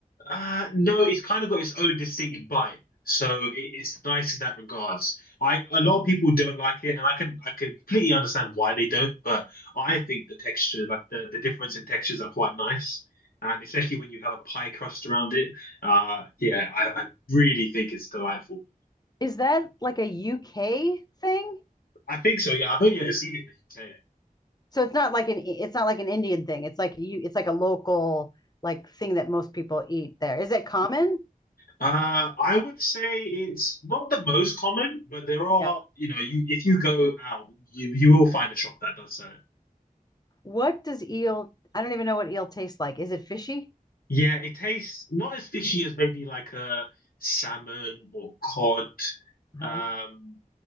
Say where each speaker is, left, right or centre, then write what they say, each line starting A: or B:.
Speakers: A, on the left; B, on the left.
A: Uh, no, it's kind of got its own distinct bite, so it's nice in that regards. I a lot of people don't like it, and I can I can completely understand why they don't. But I think the texture, like the the difference in textures, are quite nice, and especially when you have a pie crust around it. Uh, yeah, I, I really think it's delightful.
B: Is that like a UK thing?
A: I think so. Yeah, I've only ever seen it in the UK.
B: So it's not like an it's not like an Indian thing. It's like you it's like a local like thing that most people eat there. Is it common?
A: Uh, I would say it's not the most common, but there are,
B: Yeah.
A: you know, you if you go out, you you will find a shop that does so.
B: What does eel I don't even know what eel tastes like. Is it fishy?
A: Yeah, it tastes not as fishy as maybe like a salmon or cod,
B: Huh?
A: um,